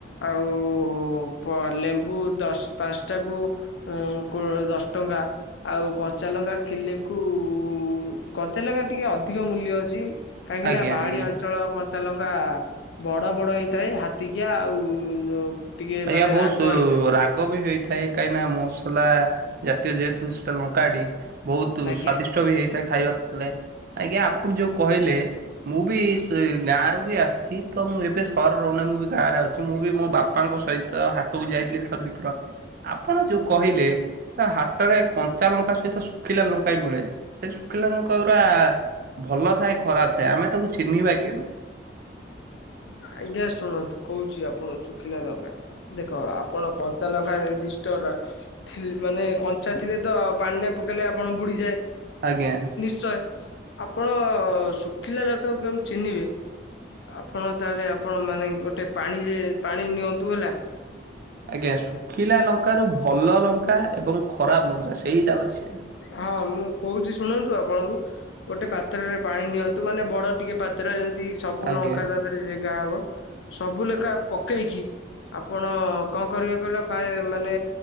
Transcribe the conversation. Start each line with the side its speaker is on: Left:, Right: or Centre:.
Left: ଆଉ-ଉ-ପ ଲେମ୍ବୁ ଦଶ ପାଞ୍ଚଟା କୁ ଆ କୋ ଦଶ ଟଙ୍କା ଆଉ କଞ୍ଚା ଲଙ୍କା କିଲେକୁ-ଉ କଞ୍ଚାଲଙ୍କା ଟିକେ ଅଧିକ ମୂଲ୍ୟ ଅଛି। କାହିଁକି
Right: ଆଜ୍ଞା
Left: ନା, ପାହାଡିଆ
Right: ଆଜ୍ଞା
Left: ଅଞ୍ଚଳ କଞ୍ଚ ଚାଲଙ୍କା ବଡ ବଡ ହେଇଥାଏ ହାତିକିଆ ଆଉ, ଟିକେ
Right: ଆଜ୍ଞା,
Left: ମାନେ
Right: ବହୁତ
Left: ରାଗ
Right: ସୁ
Left: ହେଇଥାଏ।
Right: ରାଗ ବି ହେଇଥାଏ। କାହିଁ ନା ମସଲା ଜାତୀୟ ଯେହେତୁ ସେଟା ଲଙ୍କାଟି ବହୁତ
Left: ଆଜ୍ଞା
Right: ସ୍ଵାଦିଷ୍ଟ। ତ ବି ହେଇଥାଏ ଖାଇବାର ପଲେ, ଆଜ୍ଞା ଆପଣ ଯୋଉ କହିଲେ ମୁଁ ବି ସେ ଗାଁ ରୁ ବି ଆସିଛି। ତ ମୁଁ ଏବେ ସଅରେ ରହୁନାହିଁ, ମୁଁ ବି ଗାଁରେ ଅଛି। ମୁଁ ବି ମୋ ବାପ୍ ବାପାଙ୍କ ସହିତ ହାଟକୁ ଯାଇଥିଲି, ଥର ଦିଥର ଆପଣ ଯୋଉ କହିଲେ ତା ହାଟରେ କଞ୍ଚା ଲଙ୍କା ସହିତ ଶୁଖିଲା ଲଙ୍କା ବି ମିଳେ, ସେଇ ଶୁଖିଲା ଲଙ୍କା ଗୁରା ଭଲ ଥାଏ, ଖରାପ ଥାଏ, ଆମେ ତାକୁ ଚିହ୍ନିବା କେମିତି?
Left: ଆଜ୍ଞା, ଶୁଣନ୍ତୁ କହୁଛି, ଆପଣ ଶୁଖିଲାଲଙ୍କା ଦେଖ ଆପଣ କଞ୍ଚା ଲଙ୍କା ନିର୍ଦ୍ଦିଷ୍ଟ ରା ଥିଲ୍ ମାନେ କଞ୍ଚା ଥିଲେ ତ, ପାଣିରେ ପକେଇଲେ ଆପଣ ବୁଡ଼ିଯାଏ।
Right: ଆଜ୍ଞା।
Left: ନିଶ୍ଚୟ! ଆପଣ ଶୁଖିଲା ଲକା କୁ କେମିତି ଚିହ୍ନିବେ? ଆପଣ, ତାହେଲେ ଆପଣ ମାନେ, ଗୋଟେ ପାଣିରେ ପାଣି ନିଅନ୍ତୁ, ହେଲା
Right: ଆଜ୍ଞା, ଶୁଖିଲା ଲଙ୍କାରୁୁ ଭଲ ଲଙ୍କା ଏବଂ ଖରାପ ଲଙ୍କା ସେଇଟା ବାଛିିବା।
Left: ହଁ, ମୁଁ କହୁଛି, ଶୁଣନ୍ତୁ ଆପଣଙ୍କୁ ଗୋଟେ ପାତ୍ରରେ ପାଣି ନିଅନ୍ତୁ, ମାନେ ବଡ ଟିକେ ପାତ୍ର ଯେମିତି ସବୁ
Right: ଆଜ୍ଞା
Left: ଲଙ୍କା ତାଧେ ରେ ଜେଗାହବ। ସବୁ ଲେଖା ପକେଇକି ଆପଣ କଣ କରିବେ କହିଲେ! ଫାଏ ମାନେ